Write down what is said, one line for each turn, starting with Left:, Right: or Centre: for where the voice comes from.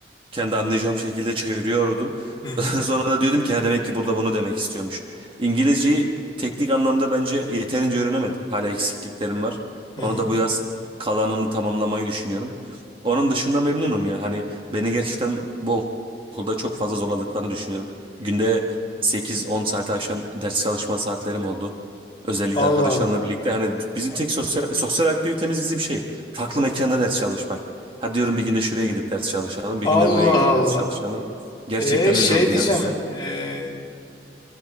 Right: kendi anlayacağım şekilde çeviriyordum.
Left: Hı hı.
Right: <laughs> Sonra da diyordum ki "Ha, demek ki burada bunu demek istiyormuş. İngilizceyi teknik anlamda bence yeterince öğrenemedim. Hala eksikliklerim var.
Left: Hı
Right: Onu
Left: hı.
Right: da bu yaz kalanını tamamlamayı düşünüyorum. Onun dışında memnunum ya. Hani beni gerçekten bu okulda çok fazla zorladıklarını düşünüyorum. Günde sekiz on saate aşan ders çalışma saatlerim oldu. Özellikle
Left: Allah
Right: arkadaşlarımla
Left: Allah.
Right: birlikte hani bizim tek sosyal, sosyal aktivitemiz bizim şey farklı mekanda ders çalışmak. Hadi diyorum bir günde şuraya gidip ders çalışalım, bir
Left: Allah
Right: günde buraya gidip
Left: Allah.
Right: ders çalışalım. Gerçekten
Left: E şey
Right: öyle oldu
Left: diyeceğim
Right: ya bizde.
Left: e,